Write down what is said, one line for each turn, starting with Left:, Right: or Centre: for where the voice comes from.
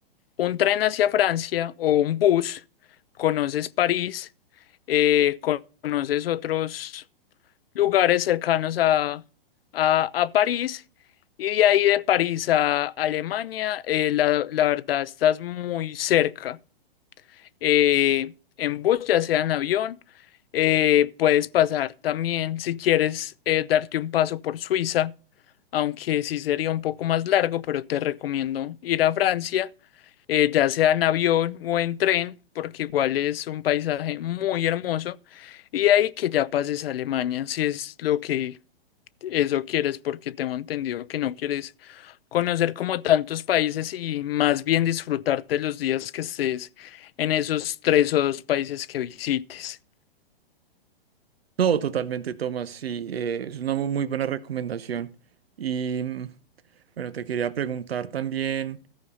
Left: un tren hacia Francia o un bus, conoces París, eh, conoces otros lugares cercanos a, a, a París y de ahí de París a Alemania, eh, la, la verdad estás muy cerca. Eh, en bus, ya sea en avión, eh, puedes pasar también si quieres eh, darte un paso por Suiza, aunque sí sería un poco más largo, pero te recomiendo ir a Francia, eh, ya sea en avión o en tren, porque igual es un paisaje muy hermoso. Y de ahí que ya pases a Alemania, si es lo que eso quieres porque tengo entendido que no quieres conocer como tantos países y más bien disfrutarte los días que estés en esos tres o dos países que visites.
Right: No, totalmente, Tomás, sí, eh, es una mu- muy buena recomendación. Y mm, bueno, te quería preguntar también